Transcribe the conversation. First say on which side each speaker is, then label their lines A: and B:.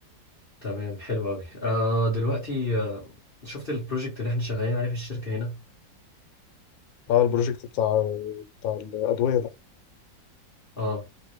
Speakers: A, on the left; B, on the left.
A: تمام حلو قوي آه دلوقتي آه شفت البروجكت اللي احنا شغالين عليه في الشركة هنا
B: اه البروجكت بتاع بتاع الادويه ده
A: اه